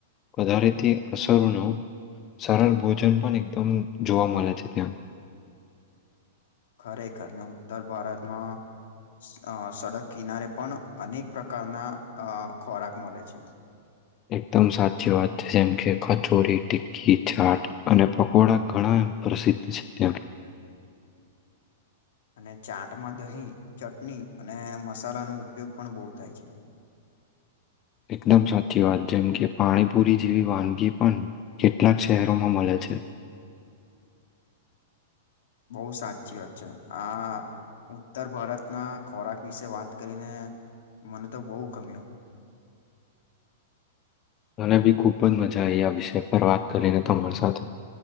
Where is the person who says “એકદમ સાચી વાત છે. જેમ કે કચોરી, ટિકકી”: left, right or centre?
Left